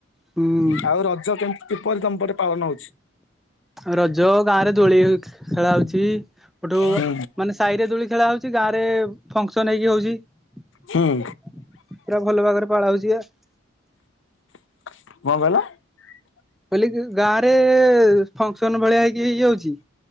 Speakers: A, in the centre; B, on the left (about 65°).
A: ହୁଁ।
B: ଆଉ ରଜ କେମିତି କିପରି ତମ ପଟେ ପାଳନ ହଉଛି?
A: ରଜ ଗାଁ ରେ ଦୋଳି ଖେଳା ହଉଛି। ସେଠୁ
B: ହୁଁ
A: ମାନେ ସାହିରେ ଦୋଳି ଖେଳା ହଉଛି। ଗାଁ ରେ ଫଂକ୍ସନ୍ ହେଇକି ହଉଛି। ୱାହ୍।
B: ହୁଁ
A: ଭଲ ଭାବରେ ପାଳନ ହଉଛି ଆଉ।
B: କଣ କହିଲ?
A: କହିଲି କି ଗାଁ ରେ ଫଂକ୍ସନ ଭଳିଆ ହେଇକି ହେଇ ଯାଉଛି।